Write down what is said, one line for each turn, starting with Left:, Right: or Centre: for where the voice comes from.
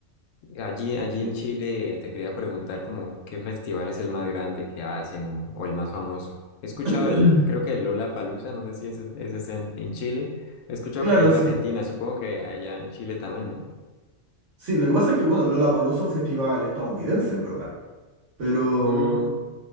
Left: Allí, allí
Right: sí.
Left: en Chile eh, te quería preguntar como qué festival es el más grande que hacen o, o el más famoso. He escuchado
Right: <clears throat>
Left: el, creo que el Lollapalooza, no sé si ese ese es en, en Chile. He escuchado
Right: Claro,
Left: que hay en
Right: sí.
Left: Argentina, supongo que allá en Chile también, ¿no?
Right: Sí, lo que pasa es que, bueno, Lollapalooza es un festival estadounidense, en verdad. pero
Left: Mm,